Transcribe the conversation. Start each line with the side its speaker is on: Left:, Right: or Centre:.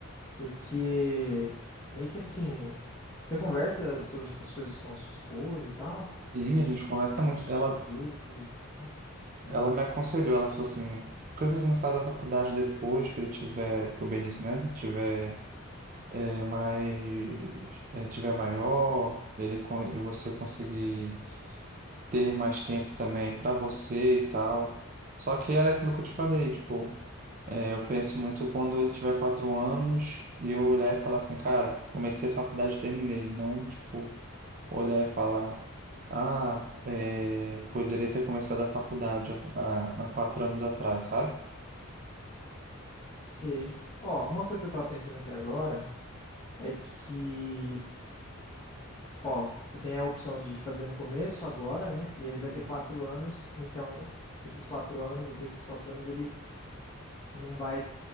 Left: Porque meio que assim, você conversa sobre essas coisas com a sua esposa e tal?
Right: E a gente
Left: Tipo,
Right: conversa muito.
Left: os seus
Right: Ela,
Left: futuros. e tal? Uhum.
Right: Ela me aconselhou, ela falou assim, por que você não faz a faculdade depois que ele tiver, que o Benício, né, tiver é, mais, é, tiver maior, ele con- e você conseguir ter mais tempo também para você e tal. Só que era aquilo que eu te falei, tipo, é, eu penso muito quando ele tiver quatro anos e eu olhar e falar assim, cara, comecei a faculdade, e terminei, não, tipo olhar e falar, ah, é, poderia ter começado a faculdade há, há há quatro anos atrás, sabe?
Left: Sei. Ó, uma coisa que eu tava pensando aqui agora é que. S- Ó, você tem a opção de fazer no começo, agora, né? E ele vai
Right: Uhum.
Left: ter quatro anos, então esses quatro anos, até esses quatro anos, ele não vai.